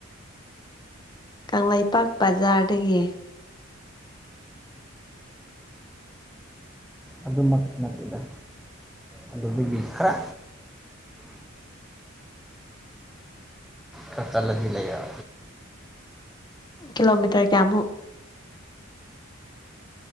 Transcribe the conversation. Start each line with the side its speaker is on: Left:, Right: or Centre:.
Left: ꯀꯪꯂꯩꯄꯥꯛ ꯕꯖꯥꯔꯗꯒꯤ
Centre: ꯑꯗꯨꯃꯛ ꯅꯠꯇꯦꯗ ꯑꯗꯨꯗꯒꯤ ꯈꯔ ꯈꯔ ꯆꯠꯂꯗꯤ ꯂꯩ <unintelligible>
Left: ꯀꯂꯣꯃꯤꯇꯔ ꯀꯌꯥꯃꯨꯛ